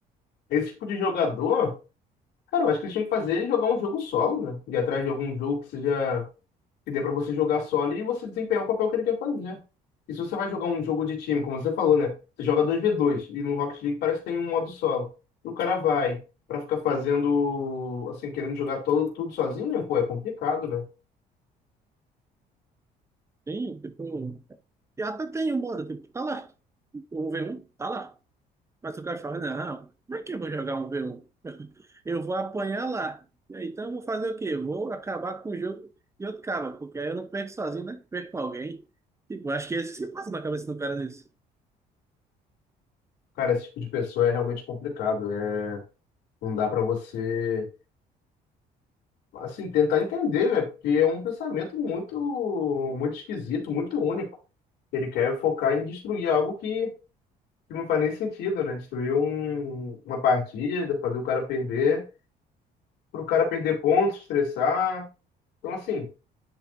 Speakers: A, on the left; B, on the right.
A: esse tipo de jogador. Cara, eu acho que eles tinham que fazer é jogar um jogo solo, né? Ir atrás de algum jogo que seja que dê pra você jogar solo e você desempenhar o papel que ele quer fazer. E se você vai jogar um jogo de time, como você falou, né? Você joga dois v dois e no Rocket League parece que tem um modo solo. E o cara vai pra ficar fazendo, assim, querendo jogar todo, tudo sozinho, pô, é complicado, né?
B: Tem, tipo, e até tem um modo, tipo, tá lá, o um vê um tá lá. Mas o cara fala, não, como é que eu vou jogar um vê um Eu vou apanhar lá. Então eu vou fazer o quê? Vou acabar com o jogo de outro cara, porque aí eu não perco sozinho, né? Perco com alguém. Tipo, acho que é isso que se passa na cabeça do cara nisso.
A: Cara, esse tipo de pessoa é realmente complicado. É, não dá pra você, assim, tentar entender, né? Porque é um pensamento muito, muito esquisito, muito único. Ele quer focar em destruir algo que que não faz nem sentido, né? Destruir um- uma partida, fazer o cara perder, pro cara perder pontos, estressar. Então, assim,